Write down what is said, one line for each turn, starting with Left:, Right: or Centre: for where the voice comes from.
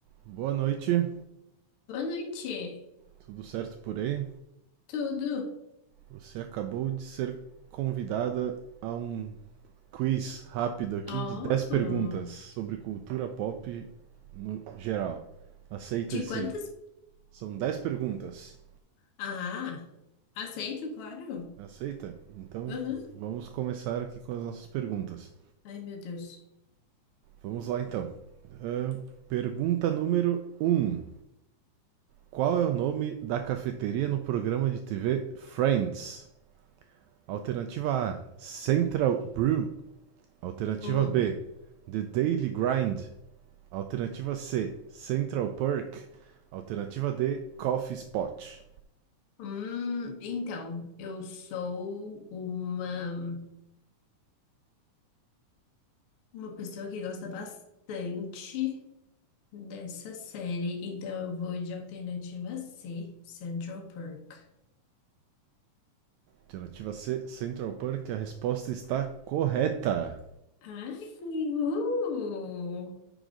Right: Boa noite,
Left: Boa noite.
Right: tudo certo por aí?
Left: Tudo?
Right: Você acabou de ser convidada a um quiz rápido aqui
Left: Oh,
Right: de 10 perguntas sobre cultura pop no geral. Aceita
Left: de
Right: esse?
Left: quantas?
Right: São 10 perguntas.
Left: Ah, aceito, claro.
Right: Aceita? Então
Left: Uhum.
Right: vamos começar aqui com as nossas perguntas.
Left: Ai, meu Deus.
Right: Vamos lá então. Ahn, pergunta número um: Qual é o nome da cafeteria no programa de TV Friends? Alternativa A: Central Brew. Alternativa
Left: Hum.
Right: B, The Daily Grind. Alternativa C, Central Perk. Alternativa D, Coffee Spot.
Left: Hum, então, eu sou uma, uma pessoa que gosta bastante dessa série, então eu vou de alternativa C, Central Perk.
Right: Alternativa C, Central Perk. A resposta está correta.
Left: Ai, uh,